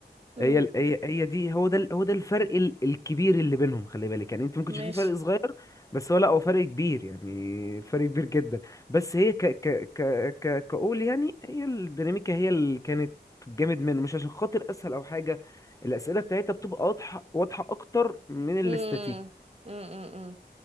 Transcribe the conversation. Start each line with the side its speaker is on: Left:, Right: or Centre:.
Right: امم
Left: هي ال- هي هي دي هو ده ال- هو ده الفرق ال- الكبير اللي بينهم خلي بالك يعني انت ممكن
Right: ماشي
Left: تشوفي فرق صغير بس هو لا هو فرق كبير يعني فرق كبير جدا بس هي ك ك ك ك كقول يعني هي الديناميكا هي اللي كانت جامد منه مش عشان خاطر اسهل او حاجه الاسئله بتاعتها بتبقى واضحه واضحه اكتر من الاستاتيك
Right: امم امم